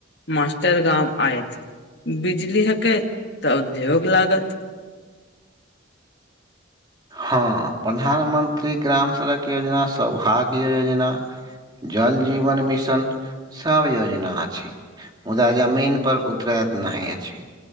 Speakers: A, on the left (about 55°); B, on the right (about 20°).
A: मास्टर गाम आयत, बिजली हेतैक त उद्योग लागत।
B: हां प्रधानमत्री ग्राम सड़क योजना, सौभाग्य योजना जल जीवन मिशन सब योजना अछि। मुदा जमीन पर उतरैत नहि अछि।